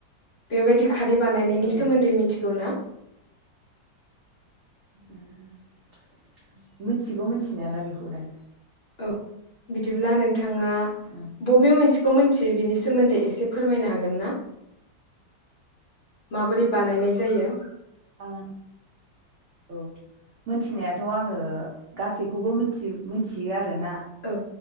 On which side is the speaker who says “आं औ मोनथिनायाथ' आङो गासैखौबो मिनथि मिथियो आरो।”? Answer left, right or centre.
Right